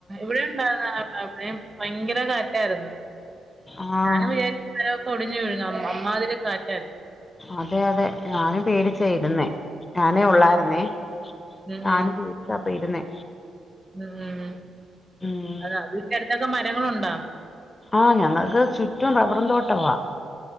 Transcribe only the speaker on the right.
<inaudible> ഭയങ്കര <unintelligible> കാറ്റായിരുന്നു
ഞാനും വിചാരിച്ച് മരമൊക്കെ ഒടിഞ്ഞു <unintelligible> അമ്മാതിരി കാറ്റരുന്നു
ഉം
ഉം
ഉം ഉം
അതാ വീട്ടനടുത്തൊക്കെ മ..... <unintelligible> ഉണ്ട